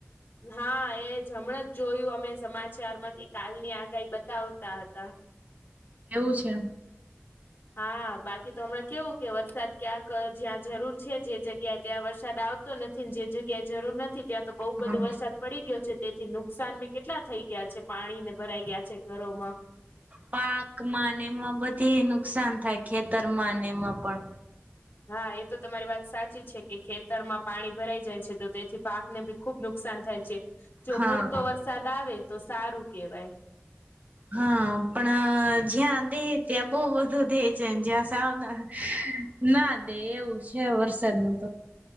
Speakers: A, on the left; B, on the right.
A: હા એજ હમણાં જ જોયું અમે સમાચારમાં કે કાલની આગાહી બતાવતા હતા.
B: એવું છે.
A: હા બાકી તો હમણાં કેવું કે વરસાદ ક્યાં જ્યાં જરૂર છે જે જગ્યાએ ત્યાં વરસાદ આવતો નથી જે જગ્યાએ જરૂર નથી ત્યાં તો બોવ
B: હમ.
A: બધો વરસાદ પડી ગયો છે, તેથી નુકસાન બી કેટલા થઈ ગયા છે પાણીને ભરાઈ ગયા છે ઘરોમાં
B: પાકમા ને એમાં બધે નુકસાન થાય ખેતરમાંને એમાં પણ
A: હા, એ તો તમારી વાત સાચી છે કે ખેતરમાં પાણી ભરાઈ જાય છે, તો તેથી પાક ને બી ખુબ નુકસાન થાય છે, જો
B: હા.
A: પૂરતો વરસાદ આવે, તો સારું કેહેવાય.
B: હા પણ જ્યાં દે ત્યાં બોવ બધો દે છે ને, જ્યાં સાવના ના દે એવું છે, વરસાદ નું